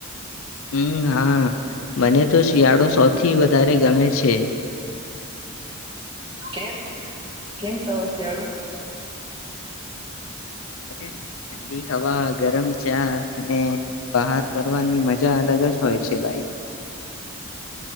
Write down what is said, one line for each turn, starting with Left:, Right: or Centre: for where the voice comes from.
Left: હમ હા મને તો શિયાળો સૌથી વધારે ગમે છે
Right: કેમ કેમ સમસળું
Left: અરે ઠંડી હવા ગરમ ચા અને બહાર ફરવાની મજા અલગ હોય છે ભાઈ